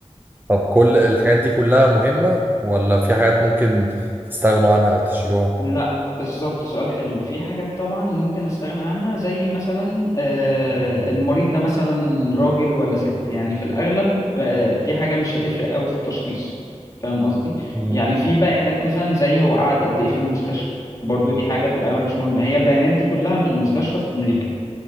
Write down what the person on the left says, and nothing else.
لا بالظبط سؤال حلو في حاجات طبعا ممكن استغنى عنها زي مثلا آه، المريض ده مثلا راجل ولا ست يعني في الاغلب آه، دي حاجة مش هتفرق قوي في التشخيص فاهم قصدي
يعني في بيانات مثلا زي هو قعد قد ايه في المستشفى برضو دي حاجة في الاغلب مش مهمة هي البيانات دي كلها من مستشفى في امريكا